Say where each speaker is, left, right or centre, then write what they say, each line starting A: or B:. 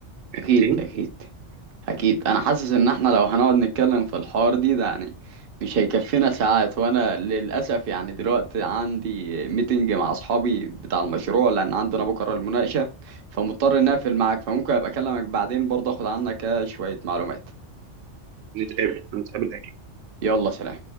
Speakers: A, on the right; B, on the right.
A: فهمتني؟
B: اكيد اكيد أكيد أنا حاسس إن إحنا لو هنقعد نتكلم في الحوار دي ده يعني مش هيكفينا ساعات وأنا للأسف يعني دلوقتي عندي ميتنج مع أصحابي بتاع المشروع لأن عندنا بكرة المناقشة فمضطر إني أقفل معاك فممكن أبقى أكلمك بعدين برضه أخد عنك شوية معلومات
A: نتقابل نتقابل أكيد
B: يلا سلام